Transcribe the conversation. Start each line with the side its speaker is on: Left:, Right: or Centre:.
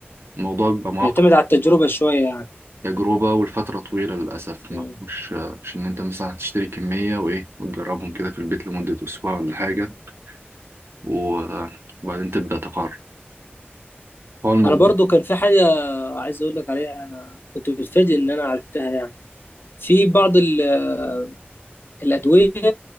Right: الموضوع بيبقى معقد
Left: بيعتمد على التجربه شويه يعني
Right: تجربة والفترة طويلة للأسف ما
Left: مم.
Right: مش مش إن أنت مثلا هتشتري كمية وإيه وتجربهم كده في البيت لمدة أسبوع ولا حاجة و- وبعدين تبدأ تقرر هو الموضوع
Left: انا برضو كان في حاجه عايز اقول لك عليها انا كنت متفاجئ ان انا عرفتها يعني في بعض ال- الادويه